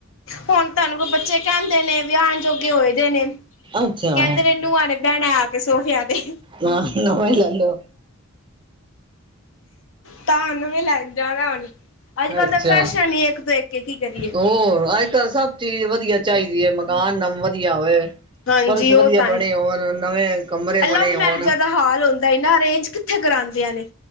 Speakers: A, on the left (about 65°); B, on the right (about 20°).
A: ਹੁਣ ਤੁਹਾਨੂੰ ਕੋ ਬੱਚੇ ਕਹਿੰਦੇ ਨੇ ਵਿਆਹਉਣ ਜੋਗੇ ਹੋਏਦੇ ਨੇ ਕਹਿੰਦੇ
B: ਅੱਛਾ
A: ਨੇ ਨੂਆਂ ਨੇ ਬੈਹਣਾ ਆ ਕੇ ਸੋਫਿਆ ਤੇ
B: ਹਾਂ ਨਵਾ ਲੈਲੋ
A: ਤੁਾਨੂੰ ਵੀ ਜਾਣਾ ਹੁਣ ਅੱਜ ਕੱਲ੍ਹ
B: ਅੱਛਾ
A: ਦਾ ਫੈਸ਼ਨ ਹੀ ਇੱਕ ਤੋਂ ਇੱਕ ਕੀ ਕਰੀਏ
B: ਹੋਰ ਸਭ ਚੀਜ਼ ਵਧੀਆ ਚਾਹੀਦੀ ਹੈ ਮਕਾਨ ਨ ਵਧੀਆ ਹੋਵੇ
A: ਹਾਂਜੀ
B: ਫਰਸ਼ ਵਧੀਆ
A: ਉਹ ਤਾਂ
B: ਬਣੇ ਹੋਣ ਨਵੇਂ ਕਮਰੇ
A: ਲਵ
B: ਬਣੇ ਹੋਣ
A: ਮੈਰਿਜਾਂ ਦਾ ਹਾਲ ਹੁੰਦਾ ਨਾ ਅਰੇਂਜ ਇੱਥੇ ਕਰਾਂਦੀਆਂ ਨੇ